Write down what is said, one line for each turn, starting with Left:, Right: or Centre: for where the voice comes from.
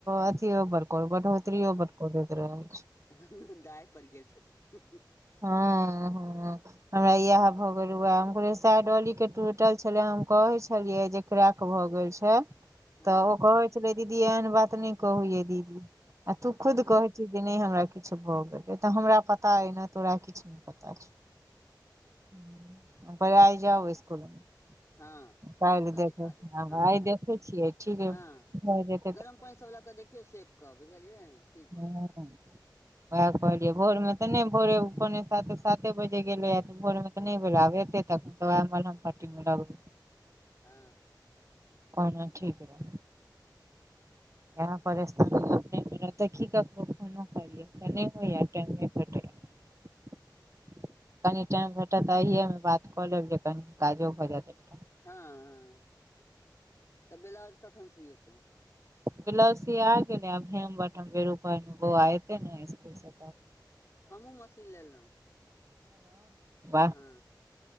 Right: अथियो बड़ करऽ बड तृयो बड कऽ दैत रहय छैय।
Left: एनमेन दाय पर गेल छैय।
Right: ह -ह। हमरा इएह भऽ गेल वेह हम कहलियै सेह डौली के टूटल छलै हम कहै छलियै जे क्रैक भ गेल छैय त
Left: हँ
Right: ओ कहै छलै दीदी एहन बात नय कहू यै दीदी। आ तू
Left: हँ
Right: खुद कहै छीही जे नय हमरा किछ भ गेल ऐ त हमरा पता अय ने। तोरा किछ नै पता छौ आइ जाउ स्कुल मे।
Left: हँ
Right: कैल्ह
Left: काल्हिसँ
Right: देखै
Left: देखा देब
Right: आब
Left: हँ
Right: आइ
Left: काल्हि
Right: देखै छियै ठीक
Left: हँ
Right: भऽ जेैतै।
Left: गरम पैन सब लऽ कऽ देखियौ सेक कऽ बुझलियै ठीक
Right: हँ
Left: भऽ जेतै।
Right: वएह कहलियै भोर में तऽ नहि भोरे- पोने साते -साते बजे गेलेै ए तऽ भोर मे तऽ नै भेल आब एतेै तऽ मलहम पट्टी मे लगतै।
Left: हँ।
Right: कोनो ठीक नै। यह परेशानी <unintelligible> की कर। करयै तऽ नै होय या चैलतै -फिरतै। कनि टाइम भेटतऽ अइएमे बात कऽ लेब जे कनि काजो भऽ जेएत।
Left: हँ हँ तऽ ब्लाउज कखन सिएतै?
Right: ब्लाउज सिया गेलै आब हेम बटम बेउपहर मे बौआ एतै ने स्कूल से-
Left: हमहूँ मशीन लेलहुँ
Right: <unintelligible>
Left: हँ